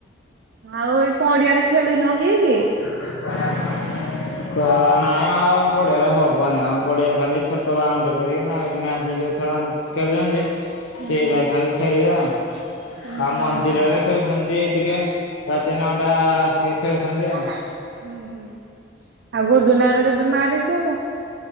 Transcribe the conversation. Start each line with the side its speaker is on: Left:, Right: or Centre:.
Right: ଆଉ ଏ ପଡିଆରେ ଖେଳୁନ କିଏ କି?
Left: <unintelligible> ତ ନାଇଁ ଆଉ ପଡିଆରେ ହବନି ଆମ ପଡିଆରେ ଖାଲି ଛୋଟ ବାଉଣ୍ଡରି କରିକି ନାଇଟ ମ୍ୟାଚ ଯୋଉ ଥର ଖେଳୁଛନ୍ତି
Right: ହୁଁ।
Left: ସେଇଟା ଖେ ଖେଳିବେ ଆଉ
Right: ଉଁ
Left: ଆଉ ମନ୍ଦିରରେ
Right: ହୁଁ
Left: ଖେଳୁଛନ୍ତି। ସେ ଟିକେ ରାତି ନଅଟା ଆସି ଖେଳୁଛନ୍ତି ଆଉ।
Right: ହୁଁ ହୁଁ ଆଉ ଗୁଡ୍ଡୁ ନା ର କେବେ ମାରିଛି ହବ।